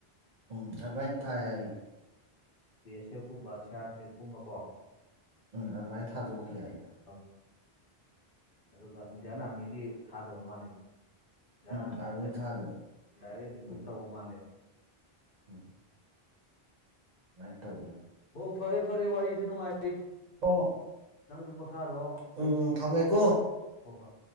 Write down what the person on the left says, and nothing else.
ꯕꯤ ꯑꯦꯁ ꯑꯦꯐ ꯀꯨꯝꯕ ꯁꯤ ꯑꯥꯔ ꯄꯤ ꯑꯦꯐ ꯀꯨꯝꯕꯀꯣ
ꯃꯥꯜꯂꯦ ꯑꯗꯨꯒ ꯏꯟꯗꯤꯌꯥꯟ ꯑꯥꯔꯃꯤꯗꯤ ꯊꯥꯗꯕ ꯃꯥꯜꯂꯦ ꯃꯣꯏꯁꯦ ꯌꯥ
ꯔꯥꯃꯦ
<unintelligible>
ꯃꯂꯦ
ꯑꯣ ꯐꯔꯦ ꯐꯔꯦ ꯋꯥꯔꯤꯁꯨ ꯅꯨꯡꯉꯥꯏꯔꯤ
ꯅꯪꯁꯨ ꯄꯣꯊꯥꯔꯣ
ꯑꯩꯁꯨ
ꯍꯣꯏ ꯍꯣꯏ